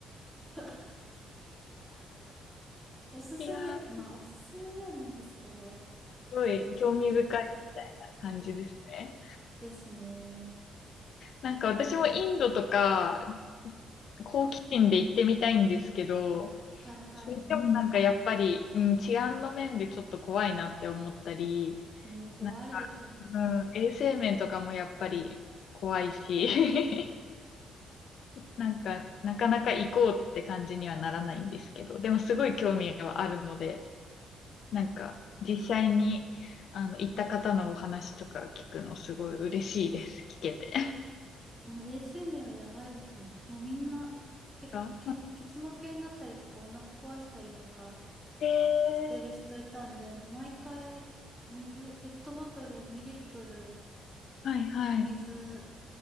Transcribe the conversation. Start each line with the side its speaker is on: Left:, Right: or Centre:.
Right: <laughs>、おすすめ、
Left: いやー、
Right: まあおすすめではないですけど、
Left: <laughs> すごい興味深いみたいな感じですね。
Right: まあね、ですね。
Left: なんか私もインドとか、好奇心で行ってみたいんですけど、
Right: はいはい。
Left: 聞もなんかやっぱり、うん、治安の面でちょっと怖いなって思ったり、
Right: うん、怖いです。
Left: なんか、うん、衛生面とかもやっぱり怖いし <laughs> なんか、なかなか行こうって感じにはならないんですけど、でもすごい興味はあるので、なんか、実際に、あの、行った方のお話とか聞くのすごい嬉しいです。聞けて。
Right: でも衛生面はやばいですね。もうみんな、結構、
Left: あ
Right: け、結膜炎になったりとか、お腹壊したりとか、
Left: えー、
Right: してる人いたんで、もう毎回水、ペットボトル2リットル
Left: はいはい。
Right: のお水